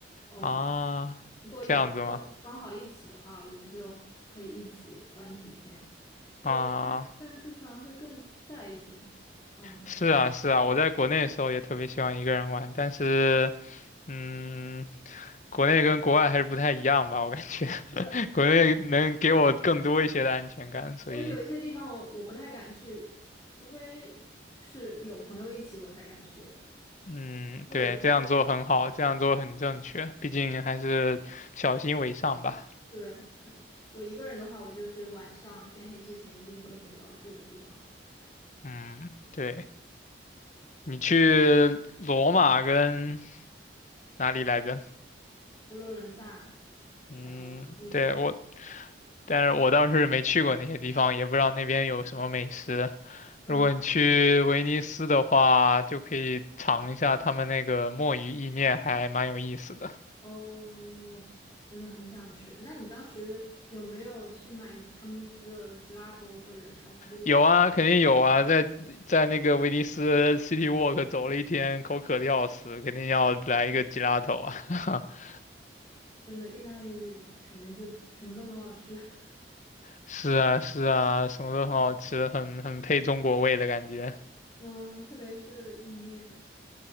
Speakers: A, on the left (about 25°); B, on the left (about 40°).
A: 哦，
B: 啊，
A: 如果有朋友刚好一起的话，
B: 这样子吗？
A: 我们就可以一起玩几天。不过一个人一个人出去玩会更自在一些。
B: 啊，
A: 嗯，
B: 是啊，是啊，我在国内的时候也特别喜欢一个人玩，但是，嗯，国内跟国外还是不太一样吧，我感觉
A: 对，
B: <laughs> 国内能给我更多一些的安全感，
A: 所以
B: 所以。
A: 所以有一些地方我我不太敢去，除非是有朋友一起我才敢去。
B: 嗯，
A: 然后有机会。
B: 对，这样做很好，这样做很正确，毕竟还是小心为上吧。
A: 对，我一个人的话，我就是晚上天黑之前一定会回到住的地方。
B: 嗯，对，你去罗马跟哪里来着？
A: 佛罗伦萨，
B: 嗯，
A: 还有米兰。
B: 对，我，但是我倒是没去过那些地方，也不知道那边有什么美食。
A: 嗯，
B: 如果你去威尼斯的话，就可以尝一下他们那个墨鱼意面，还蛮有意思的。
A: 哦，真的很想吃。那你当时有没有去买他们的吉拉头或者巧克力吃？
B: 有啊，肯定有啊，在在那个威尼斯 City Walk 走了一天，口渴的要死，肯定要来一个 gelato 啊！<laughs>
A: 真的，意大利感觉就什么都很好吃。<laughs>
B: 是啊，是啊，什么都很好吃，很很配中国味的感觉。
A: 嗯，特别是意面，